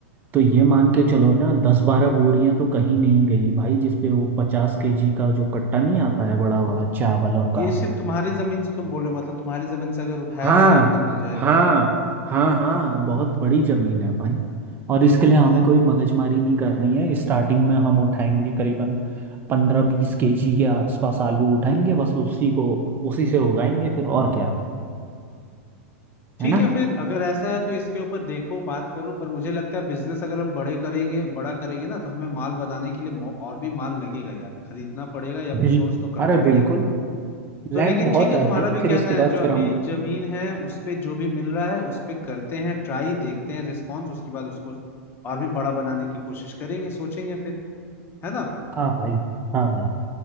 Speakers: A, on the right; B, on the left.
A: तो ये मान के चलो ना दस बारह बोरियां तो कहीं नहीं गई भाई जिसपे वो पचास केजी का जो कट्टा नहीं आता है बड़ा वाला चावलों
B: ये
A: का
B: सिर्फ तुम्हारी जमीन से तुम बोल रहे हो मतलब तुम्हारी जमीन से अगर उठाया
A: हाँ
B: जाए तो इतना मिल जाएगा
A: हाँ हाँ हाँ बहुत बड़ी जमीन है भाई और इसके लिए हमें कोई मगजमारी नहीं कर रही है स्टार्टिंग में हम उठाएंगे करीबन पंद्रह बीस केजी के आसपास आलू उठाएंगे बस उसी को उसी से उगाएंगे फिर और क्या
B: ठीक
A: है ना
B: है फिर अगर ऐसा है तो इसके ऊपर देखो बात करो पर मुझे लगता है बिजनेस अगर हम बड़े करेंगे बड़ा करेंगे ना तो हमें माल बनाने के लिए मो- और भी माल लगेगा यार खरीदना पड़ेगा या
A: बिल
B: सोर्स तो करना
A: अरे बिल्कुल
B: पड़ेगा
A: लैंड
B: तो लेकिन
A: बहुत
B: ठीक है
A: है
B: तुम्हारा
A: भाई
B: भी कहना
A: फिर उसके बाद
B: है जो
A: फिर
B: अभी
A: हम
B: जमीन है उस पे जो भी मिल रहा है उस पे करते हैं ट्राई देखते हैं रिस्पॉन्स उसके बाद उसको और भी बड़ा बनाने की कोशिश करेंगे सोचेंगे फिर है ना
A: हाँ भाई हाँ भाई